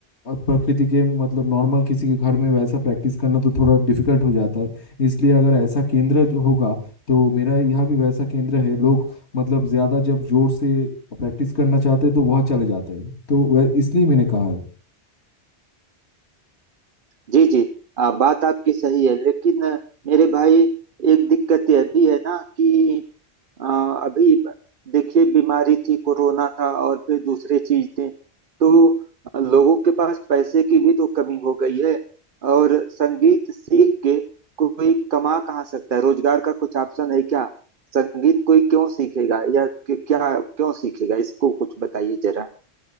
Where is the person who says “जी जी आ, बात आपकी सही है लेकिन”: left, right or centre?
Right